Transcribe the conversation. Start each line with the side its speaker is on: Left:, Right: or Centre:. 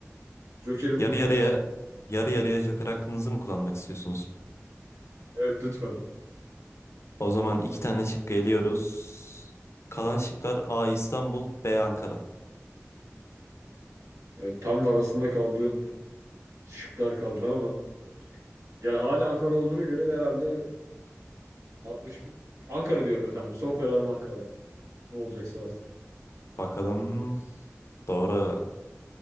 Right: Joker'imi
Left: Yarı
Right: kullanmak
Left: yarıya
Right: istiyorum.
Left: yarı yarıya Joker hakkınızı mı kullanmak istiyorsunuz?
Right: Evet lütfen.
Left: O zaman iki tane şık geliyoruz. Kalan şıklar A. İstanbul B. Ankara.
Right: Evet, tam da arasında kaldığım şıklar kaldı ama yani hala Ankara olduğuna göre herhalde 60 Ankara diyorum efendim. Son kararım Ankara. Ne olacaksa artık.
Left: Bakalım doğru.